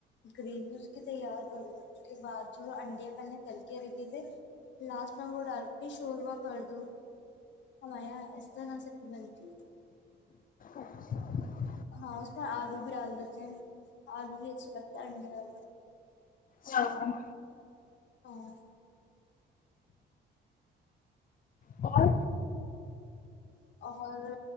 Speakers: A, on the left (about 65°); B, on the left (about 45°).
A: گریوی اس کی تیار کر لو اس کے بعد جو انڈے بنے چل کے رکھے تھے لاسٹ میں وہ ڈر بھی شوربا کر دوں ہماے یہاں اس طرح سے بنٹی ہے
B: <unintelligible>
A: ہاں اس میں آلو بھی ڈال دیتے ہیں آلو بھی اچھے لگتے ہے انڈے آو
B: ہاں
A: ہاں
B: اور
A: اور